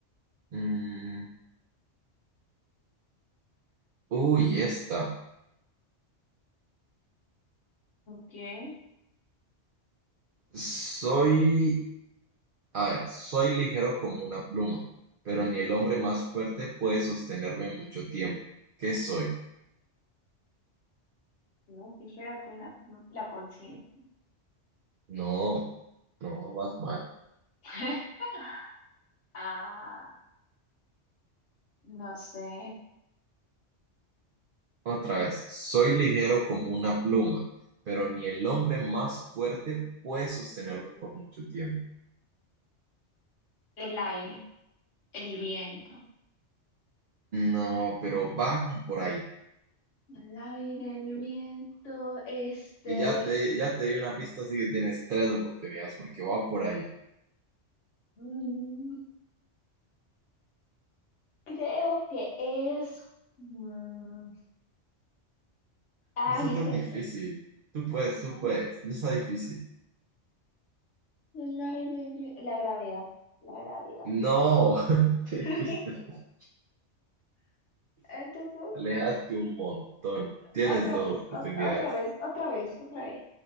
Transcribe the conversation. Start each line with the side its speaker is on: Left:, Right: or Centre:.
Right: Mm, Uy, esta.
Left: ¿qué?
Right: Soy, a ver, soy ligero como una pluma, pero ni el hombre más fuerte puede sostenerme mucho tiempo. ¿Qué soy?
Left: No, dijeron que una, la conciencia.
Right: No, no, Batman.
Left: <laughs> Ah, no sé.
Right: Otra vez, soy ligero como una pluma, pero ni el hombre más fuerte puede sostenerme por mucho tiempo.
Left: El aire, el viento.
Right: No, pero va por ahí.
Left: El aire, el viento, este,
Right: Y ya te, ya te di una pista, así que tienes tres oportunidades porque va por ahí.
Left: mm, creo que es, mm, Ay,
Right: No está
Left: es
Right: tan
Left: que
Right: difícil. Tú puedes, tú
Left: ah,
Right: puedes. No está difícil.
Left: la, la gravedad, la gravedad.
Right: No, <laughs> te
Left: <laughs>
Right: fuiste, mu-
Left: Entonces, bueno,
Right: alejaste un montón. Tienes
Left: otra
Right: dos
Left: vez,
Right: oportunidades.
Left: ot- otra vez, otra vez, otra vez.